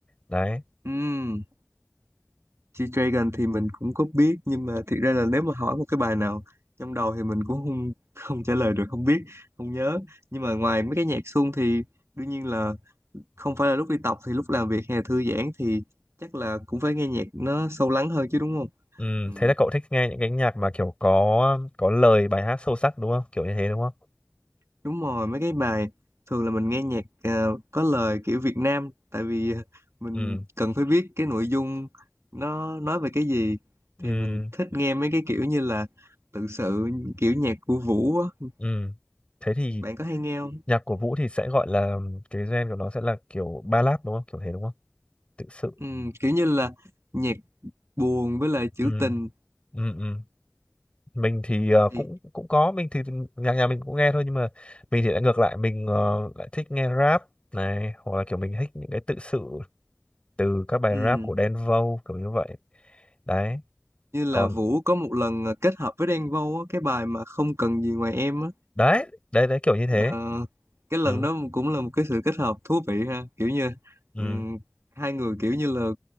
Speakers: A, on the left; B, on the right.
A: đấy
B: um, G-Dragon thì mình cũng có biết nhưng mà thiệt ra là nếu mà hỏi một cái bài nào trong đầu thì mình cũng không không trả lời được không biết không nhớ nhưng mà ngoài mấy cái nhạc xuông thì đương nhiên là không phải là lúc đi tập thì lúc làm việc hay là thư giãn thì chắc là cũng phải nghe nhạc nó sâu lắng hơn chứ đúng không
A: ừ,
B: Ừ,
A: thế là cậu thích nghe những cái nhạc mà kiểu có có lời bài hát sâu sắc đúng không kiểu như thế đúng không
B: Đúng rồi, mấy cái bài thường là mình nghe nhạc ờ, có lời kiểu Việt Nam tại vì <laughs> ờ, mình
A: ừ
B: cần phải biết cái nội dung nó nói về cái gì
A: ừ
B: thì mình thích nghe mấy cái kiểu như là tự sự kiểu nhạc của Vũ á.
A: ừ thế thì
B: Bạn có hay nghe không?
A: nhạc của Vũ thì sẽ gọi là cái gen của nó sẽ là kiểu ballad đúng không kiểu thế đúng không tự sự
B: Ừ, kiểu như là nhạc buồn với lại trữ
A: ừ
B: tình
A: ừ ừ mình thì ờ, cũng
B: thì
A: cũng có mình thì nhạc nhà mình cũng nghe thôi nhưng mà mình thì lại ngược lại mình ờ, lại thích nghe rap này hoặc là kiểu mình thích những cái tự sự từ các bài
B: ừ,
A: rap của Đen Vâu kiểu như vậy đấy
B: như là
A: còn
B: Vũ có một lần ờ, kết hợp với Đen Vâu á, cái bài mà không cần gì ngoài em á.
A: đấy đấy đấy kiểu như thế
B: Ờ, cái lần
A: ừ
B: đó cũng là một cái sự kết hợp thú vị ha, kiểu như
A: ừ
B: ừ, hai người kiểu như là